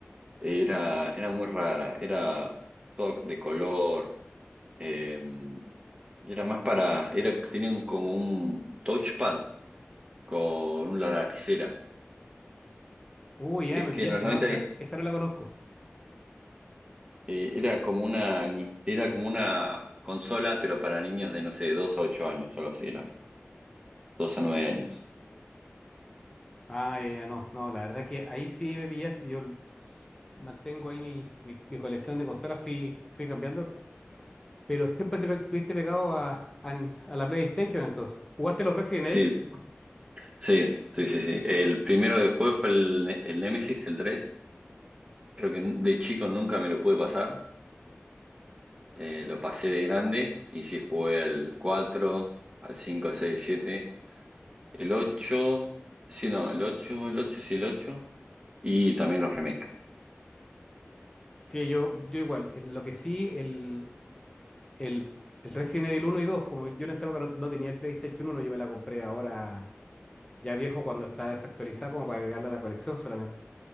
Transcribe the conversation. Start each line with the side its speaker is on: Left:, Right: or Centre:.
Right: Era, era muy rara. Era todo de color. em, Era más para, era, tenían como un touchpad con una lapicera.
Left: Uy, ya,
Right: Es
Left: me
Right: que
Left: pillaste,
Right: en los 90
Left: no, esa,
Right: eh,
Left: esa no la conozco.
Right: era como una, ni- era como una consola, pero para niños de, no sé, 2 a 8 años, algo así era. dos a 9 años.
Left: Ah, ya, ya, no, no, la verdad que ahí sí me pillaste, yo mantengo ahí mi, mi, mi colección de consolas, fui, fui cambiando, pero siempre te pe- estuviste pegado a, a a la PlayStation entonces. ¿Jugaste los Resident
Right: Sí,
Left: Evil?
Right: sí, sí, sí, sí. El primero que jugué fue el, Ne- el Nemesis, el tres Creo que de chico nunca me lo pude pasar. Eh, lo pasé de grande y sí jugué al cuatro al cinco seis siete El ocho sí, no, el ocho el ocho sí, el ocho Y también los remakes.
Left: Sí, yo, yo igual. Eh, Lo que sí, el, el, el Resident Evil uno y dos como yo en esa época no, no tenía el PlayStation 1, yo me la compré ahora ya viejo cuando está desactualizada como para agregarla a la colección solamente.